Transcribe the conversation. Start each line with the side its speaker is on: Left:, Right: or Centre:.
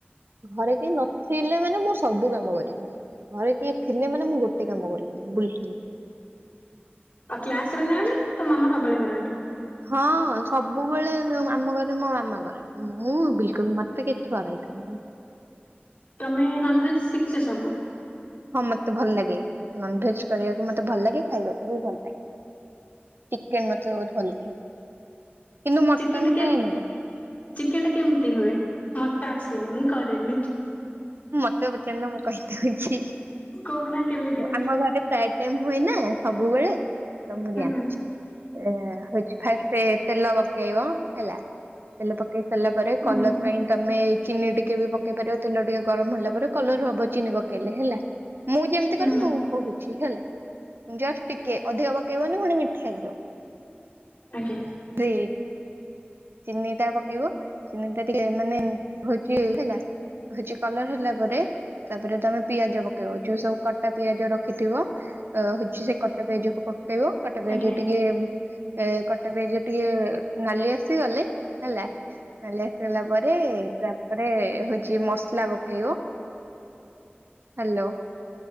Right: ଘରେ କେହି ନଥିଲେ ମାନେ ମୁଁ ସବୁ କାମ କରିବି। ଘରେ କିଏ ଥିଲେ ମାନେ ମୁଁ ଗୋଟେ କାମ କରିବିନି। ବୁଲିଥିବି।
Left: ଆଉ କ୍ଲାସ ନେଲାବେଳେ ତୋ ମାମା ସବୁବେଳେ କରନ୍ତି।
Right: ହଁ, ସବୁବେଳେ ଆମ ଘରେ ମୋ ମାମା କରେ। ମୁଁ ବିଲକୁଲ ମତେ କିଛିି କରାଇଦିଅନ୍ତିନି।
Left: ତମେ ନନଭେଜ ଶିଖିଛ ସବୁ?
Right: ହଁ ମତେ ଭଲଲାଗେ ନନଭେଜ କରିବାକୁ ମତେ ଭଲ ଲାଗେ। ଖାଇବାକୁ ବି ଭଲ ଲାଗେ। ଚିକେନ୍ ମେତେ ବହୁତ ଭଲ ଲାଗେ। କିନ୍ତୁ ମଟନ
Left: ଚିକେନଟା କେ
Right: ଖାଏନି ମୁଁ।
Left: ଚିକେନଟା କେମିତି ହୁଏ? ମତେ ତ ଆସିନି ମୁଁ କରେନି।
Right: ମତେ ପଚାରୁନ ମୁଁ କହିଦଉଛି।
Left: କହୁନା କେମିତି ହୁଏ?
Right: ଆମ ଘରେ ପ୍ରାଏ ଟାଇମ ହୁଏ ନା ସବୁବେଳେ। ତ ମୁଁ
Left: ହୁଁ
Right: ଜାଣିଛି। ହଉଛି ଫାଷ୍ଟ ତେଲ ପକେଇବ ହେଲା। ତେଲ ପକେଇ ସାରିଲା ପରେ
Left: ହୁଁ
Right: କଲର ପାଇଁ ତମେ ଚିନି ଟିକେ ବି ପକେଇ ପାରିବ ତେଲ ଟିକେ ଗରମ ହେଲା ପରେ କଲର ହବ ଚିନି ପକେଇଲେ ହେଲା ମୁଁ ଯେମିତି
Left: ହୁଁ
Right: କର ମୁଁ କହୁଛି ହେଲା ଜଷ୍ଟ ଟିକେ ଅଧିକା ପକେଇବନି ପୁଣି ମିଠା ହେଇଯିବ।
Left: ଆଜ୍ଞା।
Right: <unintelligible> ଚିନିଟା ପକେଇବ। ଚିନିଟା ଟିକେ ମାନେ ହଉଛି ହେଲା। ହଉଛି କଲର ହେଲା ପରେ ତାପରେ ତମେ ପିଆଜ ପକେଇବ ଯୋଉ ସବୁ କଟା ପିଆଜ ରଖିଥିବ। ଅ ହଉଛି ସେ କଟା ପିଆଜକୁ ପକେଇବ। କଟା ପିଆଜ
Left: ଆଜ୍ଞା
Right: ଟିକେ ଏ କଟା ପିଆଜ ଟିକେ ନାଲି ଆସିଗଲେ ହେଲା <unintelligible> ଲି ଆସିଗଲା ପରେ ତାପରେ ହଉଚି ମସଲା ପକେଇବ। ହାଲୋ।